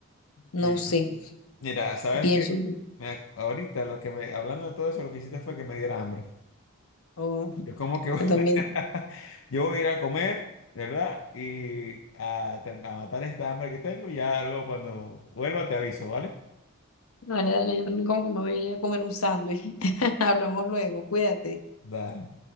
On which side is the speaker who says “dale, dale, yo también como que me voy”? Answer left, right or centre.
Left